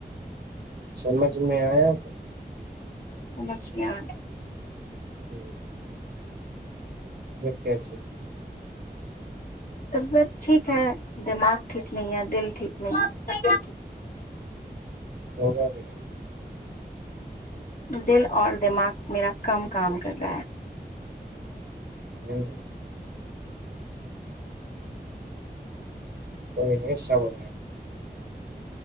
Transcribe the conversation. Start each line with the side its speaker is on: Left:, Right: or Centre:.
Right: سمجھ میں آیا
Left: سمش <unintelligible>
Right: ہوں کیا
Left: طبیعت ٹھیک ہے دماغ ٹھیک نہیں ہے دل ٹھیک نہیں ہے
Right: ہوگا بھی نہیں
Left: دل اور دماغ میرا کم کام کر رہا ہے
Right: ہوں کوئینے سا رہ